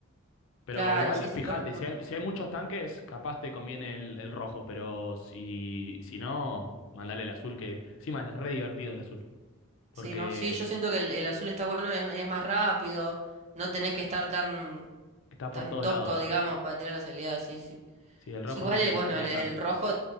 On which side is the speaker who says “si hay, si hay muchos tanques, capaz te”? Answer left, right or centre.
Left